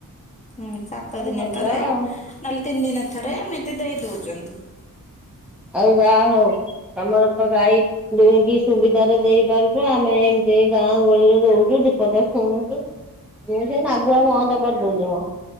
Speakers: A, on the left (about 20°); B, in the centre.
A: ହୁଁ, ସାତ ଦିନରେ
B: ଭଲ
A: ଥରେ
B: ଆଉ।
A: ନହେଲେ ତିନି ଦିନରେ ଥରେ ଏମିତି ଦେଇ ଦଉଛନ୍ତି।
B: ଆଉ ଜାହା ହଉ ତମର ତ ଗାଈ ଦୁହିଁକି ସୁବିଧାରେ ଦେଇ ପାରୁଛୁ ଆମେ ଏମିତି ଗାଁ ଗହଳିରେ ଦଉଛୁ ଦିପଦ ଶୁଣୁଛୁ। ମୁଁ ସେଇ ନଗୁଆ ବନ୍ଦ କରିଦେଉଛି ମ।